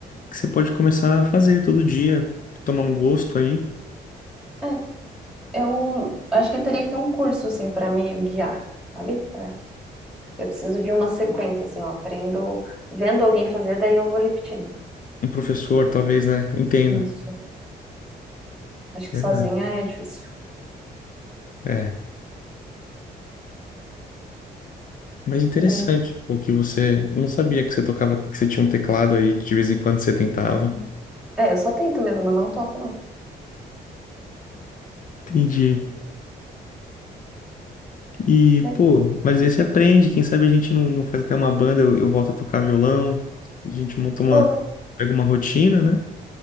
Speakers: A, on the left; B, in the centre.
A: que você pode começar a fazer todo dia. Tomar um gosto aí.
B: é. Eu acho que eu teria que ter um curso, assim, para me guiar, sabe? Pra... Eu preciso de uma sequência, assim, eu aprendo vendo alguém fazer, daí eu vou repetindo.
A: Um professor, talvez, né? Eu Entendo.
B: Isso. Acho que
A: Verdade.
B: sozinha é difícil.
A: É. Mas interessante,
B: Mas,
A: pô, que você não sabia que você tocava, que você tinha um teclado aí, que de vez em quando você tentava.
B: é, eu só tento mesmo, eu não toco, não.
A: Entendi. E,
B: Mas,
A: pô, mas aí você aprende. Quem sabe a gente não, não faz até uma banda, eu, eu volto a tocar violão. A gente monta
B: boa.
A: uma, pega uma rotina, né?